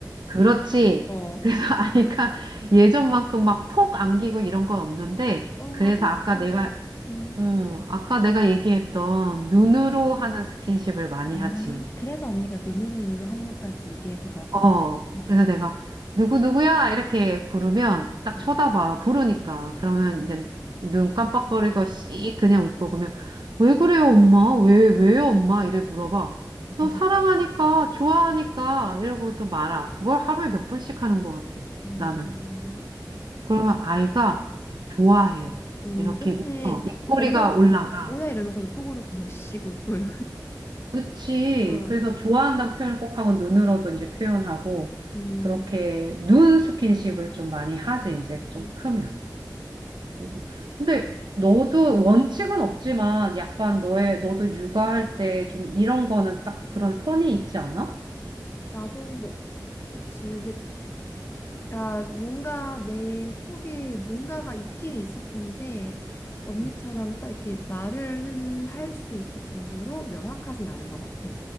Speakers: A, on the right; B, on the left.
A: 그렇지.
B: 어,
A: 그래서 <laughs> 아이가 예전만큼 막 폭 안기고 이런 건 없는데,
B: 어,
A: 그래서
B: 나 슬퍼.
A: 아까 내가
B: 음.
A: 어, 아까 내가 얘기했던 눈으로
B: 음.
A: 하는 스킨십을 많이
B: 아,
A: 하지.
B: 그래서 언니가 눈으로 하는 것까지 얘기해 본 거구나.
A: 어,
B: 아,
A: 그래서 내가 누구누구야? 이렇게 부르면 딱
B: 음,
A: 쳐다봐. 부르니까. 그러면 이제 눈 깜빡거리고 씩 그냥 웃고 그러면 왜 그래요, 엄마? 왜, 왜요, 엄마? 이래 물어봐. 너
B: 음.
A: 사랑하니까, 좋아하니까 이러고 또 말아. 그걸 하루에 몇 번씩 하는 것 같아.
B: 어,
A: 나는. 그러면 아이가 좋아해.
B: 음,
A: 이렇게
B: 그치.
A: 웃어. 입꼬리가
B: 엄마한테
A: 올라가.
B: 아, 뭐야 이러면서도 속으로 그냥 씩 웃고요.
A: 그치.
B: 어.
A: 그래서 좋아한다는 표현을 꼭 하고 눈으로도 이제 표현하고
B: 음,
A: 그렇게 눈 스킨십을 좀 많이 하지 이제
B: 음.
A: 좀 크면. 그래서 근데 너도 원칙은 없지만 약간 너의 너도 육아할 때 좀 이런 거는 딱 그런 선이 있지 않아?
B: 나도 뭐 그치. 근데 나 뭔가 내 속에 뭔가가 있긴 있을 텐데 언니처럼
A: 응.
B: 딱 이렇게 말을 할 수 있을 정도로 명확하진 않은 것 같아.